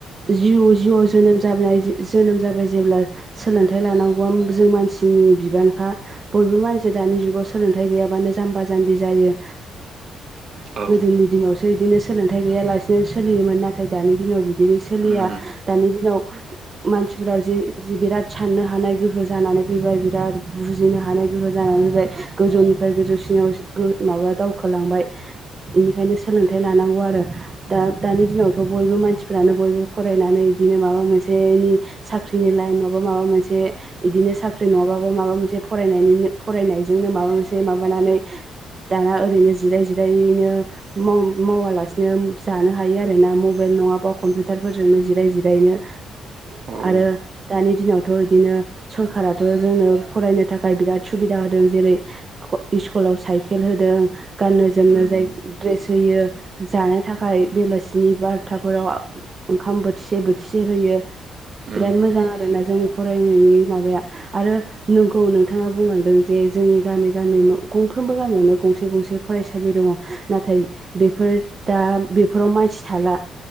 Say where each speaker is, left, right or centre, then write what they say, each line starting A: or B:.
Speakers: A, on the right; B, on the right.
A: जि जिअ जोनोम जाबोनाय जोनोम जाबाय जेब्ला सोलोंथाइ लानांगौआ जों मानसिनि बिबानखा बयबो मानसि जे दानि जुगाव सोलोंथाइ गैयाबानो जाम्बा जाम्बि जायो
B: औ
A: गोदोनि दिनावसो बिदिनो सोलोंथाइ गैयालासिनो सोलियोमोन नाथाय दानि दिनाव बिदिनो सोलिया
B: उम
A: दानि दिनाव मानसिफोरा ज बिराद साननो हानाय गोहो जानानै फैबाय बिराद बुजिनो हानाय गोहो जानानै फैबाय गोजौनिफ्राय गोजौसिनाव गो माबा दावखोलांबाय बेनिखायनो सोलोंथाइ लानांगौ आरो दा दानि दिनावथ बयबो मानसिफ्रानो बयबो फरायनानै बिदिनो माबा मोनसेनि साख्रिनि लाइन नाबा माबा मोनसे इदिनो साख्रि नङाबाबो माबा मोनसे फरायनायनि फरायनायजोंनो माबा मोनसे माबानानै दाना ओरैनो जिराय जिरायैनो मावालासिनो जानो हायो आरोना मबाइल नङाबा कम्पिउटारफोरजोंनो जिराय जिरायनो
B: औ उम
A: आरो दानि दिनावथ' बिदिनो सरखाराथ' जोंनो फरायनो थाखाय बिराद सुबिदा होदों जेरै स्कुलाव साइकेल होदों गाननो जोमनो
B: उम
A: जाय ड्रेस होयो जानो थाखाय बेलासिनि बार हपथाफोराव ओंखाम बोथिसे बोथिसे होयो
B: उम
A: बिराद मोजां आरो ना जोंनि फरायनायनि माबाया आरो नोंखौ नोंथाङा बुंलांदों जे जोंनि गामि गामि गंफ्रोमबो गामियावनो गंसे गंसे फरायसालि दंङ नाथाय बेफोर दा बेफोराव मानसि थाला